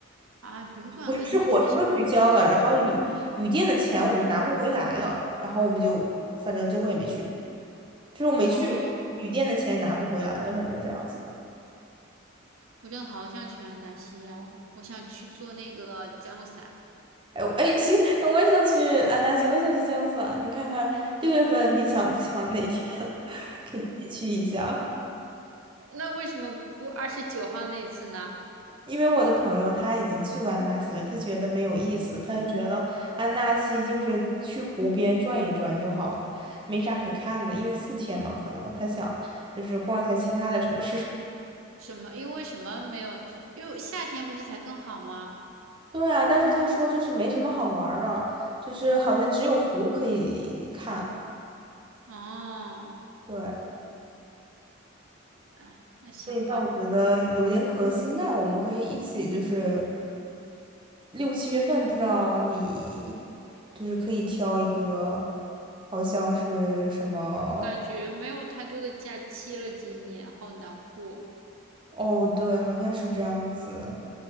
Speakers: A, on the right; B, on the right.
A: 啊。旅馆给你们取消
B: 不是是火车取消了，然后旅旅店的钱我们拿不回来了，然后我们就反正最后也没去，就是我没去，
A: 哦，
B: 旅店的钱也拿不回来了，反正这样子。
A: 我真的好想去安纳西呀、我想去做那个降落伞。
B: 哎哎，行，我也想去安纳西，我也想去江苏啊。你看看六月份你想不想哪天 <laughs> 可以一起去一下？
A: 那为什么不二十九号那次呢？
B: 因为我的朋友他已经去过安纳西了，他觉得没有意思，他就觉得安纳西就是去湖边转一转就好了，没啥可看的。因为四天嘛，可能他想就是逛一下其他的城市。<laughs>
A: 什么？因为什么没有？就因为夏天不是才更好吗？
B: 对啊，但是他说就是没什么好玩儿的，就是好像只有湖可以看。
A: 哦，
B: 对，
A: 哎，那行吧，
B: 所以那我觉得有点可惜。那我们可以一起，就是六七月份，不知道你就是可以挑一个，好像是什么？
A: 我感觉没有太多的假期了，今年好难过。
B: 哦，对，好像是这样子。